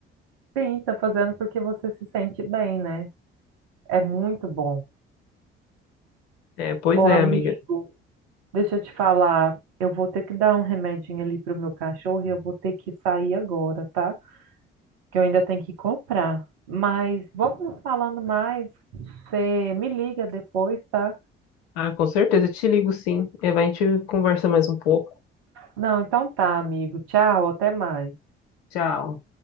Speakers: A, on the right; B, on the left.
A: Sim, tá fazendo porque você se sente bem, né? É muito bom.
B: É, pois
A: Ô,
B: é,
A: amigo.
B: amiga.
A: Deixa eu te falar, eu vou ter que dar um remedinho ali pro meu cachorro e eu vou ter que sair agora, tá? Que eu ainda tenho que comprar. Mas vamos nos falando mais. Você me liga depois, tá?
B: Ah, com certeza, te ligo sim. E vai, a gente conversa mais um pouco.
A: Não, então tá, amigo. Tchau, até mais.
B: Tchau.